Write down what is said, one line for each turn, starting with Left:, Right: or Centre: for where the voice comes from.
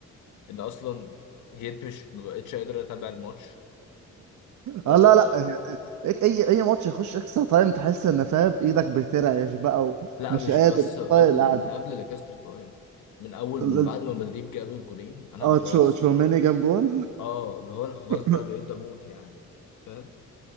Left: ان اصلا جيت مش ما بقتش قادر اتابع الماتش آه
Right: اه لا لا هيك اي اي ماتش يخش اكسترا تايم تحس ان فاهم ايدك بترعش بقى
Left: لا
Right: ومش
Left: مش
Right: قادر
Left: بس
Right: مش
Left: قبل
Right: طايق القعده
Left: من قبل الاكسترا تايم من اول
Right: ال-
Left: من
Right: ال-
Left: بعد ما مدريد جاب الجولين انا خلاص
Right: اه تشو تشوميني جاب جون
Left: اه اللي هو انا خلاص
Right: <laughs>
Left: بقى بقيت بموت يعني فاهم